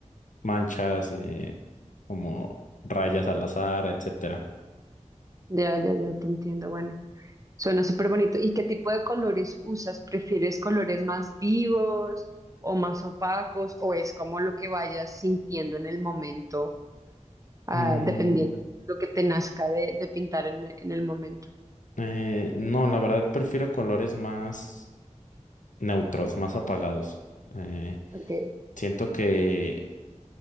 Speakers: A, on the left; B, on the right.
A: manchas, eh, como rayas al azar, etcétera.
B: Ya, ya, ya, te entiendo. Bueno, suena súper bonito. ¿Y qué tipo de colores usas? ¿Prefieres colores más vivos o más opacos? ¿O es como lo que vayas sintiendo en el momento, ah,
A: Mm,
B: dependiendo lo que te nazca de, de pintar en, en el momento?
A: eh, no, la verdad prefiero colores más neutros, más apagados. Eh,
B: Ok.
A: Siento que